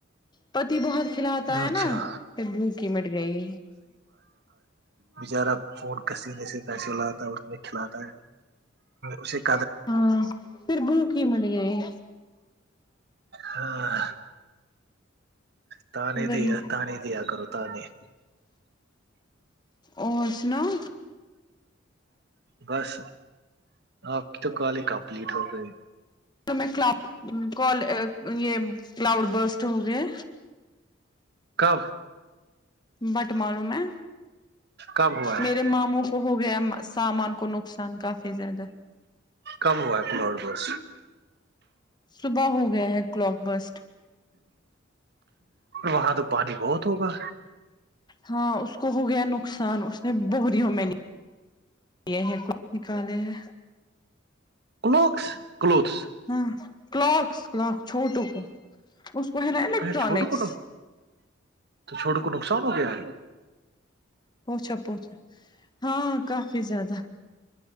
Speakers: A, on the left; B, on the right.
A: پتی بہت کھلاتا ہے
B: اچھا
A: نا پھر بھوکی مٹ گئی
B: بچارہ فون کسینے سے پیسے لاتا ہے اس میں کھلاتا ہے تو
A: ہاں پھر بو کی ملی ہے یہ
B: ہاں ت نہیں
A: وہی
B: دیا تانی دیا کرو ت نہیں
A: اور سناؤ
B: بس آپ کی تو کال کمپلیٹ ہو گئی
A: تو میں کلاال یہ کلاؤڈ برسٹ ہو گئے
B: کب
A: بٹ ماروں میں
B: کب ہوا ہے
A: میرے ماموں ہو گیا سامان کو نقصان کافی زیادہ
B: کم ہوا اپر بس
A: صبح ہو گیا ہیں کلاک بسٹ
B: وہاں تو پانی بہت ہوگا
A: ہاں اس کو ہو گیا نقصان اس نے بریوں میں لیا یہ ہے کچھ نکالے ہیں
B: کلوکس کلوتس
A: ہاں کلاکس کلاک چھوٹوں کو اس کو ہے نا الیکٹرانکس
B: چھوٹو کو تو چھوٹوں کو نقصان ہو گیا ہے
A: پوھا پوھا ہاں کافی زیادہ